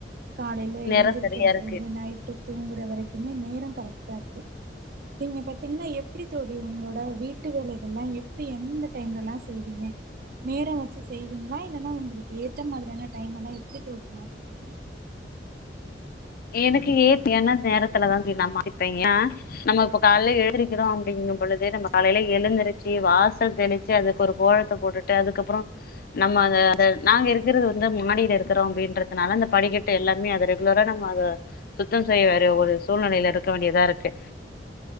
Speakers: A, on the right; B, on the left.
A: காலைல எழுந்திருக்கிறதுலேந்து
B: நேரோ சரியா இருக்கு
A: நைட்டு தூங்குற வரைக்குமே நேரோ கரெக்ட்டாருக்கு நீங்க பாத்தீங்னா எப்டி தோழி உங்களோட வீட்டு வேலை ல்லா எப்டி எந்த டைம்லலா செய்வீங்க நேர வச்சு செய்வீங்ளா இல்லனா ஒங்களுக்கு ஏத்த ஏத்த மாதிரியான டைமெல்லா எப்டி தோழி மாத்தீப்பீங்க
B: எனக்கு ஏத்த என்ன நேரத்துலதா நா மாத்திப்ப ஏ <inaudible> ந நம்ம இப்ப காலைல எழுந்திர்க்கிறோ அப்டிங்குபொழுது நம்ம காலைல எழுந்திருச்சு வாசல் தெளிச் சி அதுக்கொரு கோலத்த போட்டுட்டு அதுக்கப்றோ நம்ம அத நாங்க இருக்கிறது வந்து மாடில இருக்கிறோ அப்டின்றதுனால அந்த படிக்கட்டு எல்லாமே அத ரெகுலரா அத சுத்தம் செய்ய வேற ஒரு சூழ்நிலையில இருக்க வேண்டியதா இருக்கு